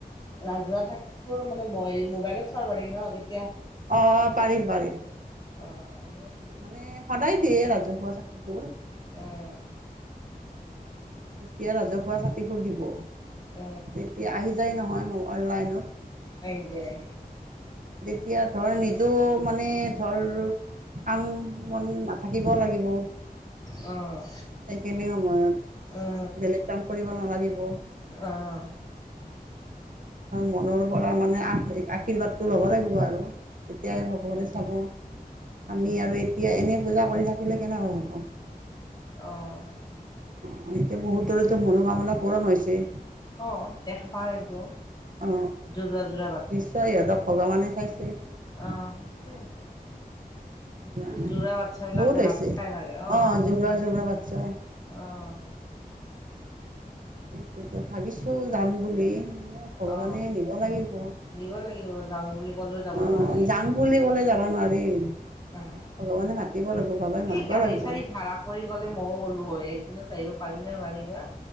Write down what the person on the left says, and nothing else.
ৰাজুহুৱা চাকি মানে মই মোবাইলত। ন। <inaudible>
অ' মই।
অ'।
অ
আহি যায়।
অ'।
অ
অ'।
অ'।
অ দেখা পাওঁ এইটো
যোৰা যোৰা
অহ হৈছে।
যোৰা বাচ্ছা বিলাক
দেখাত
প্ৰাইভাগে অহ,
অহ।
অ
দিব লাগিব যাওঁ বুলি ক'লেও যাব
নোৱাৰি
অ
এই গাড়ী
চাড়ী ভাড়া কৰি গ'লে ময়ো গ'লো হয়, একদিনত আহিব পাৰিম নে নোৱাৰি বা?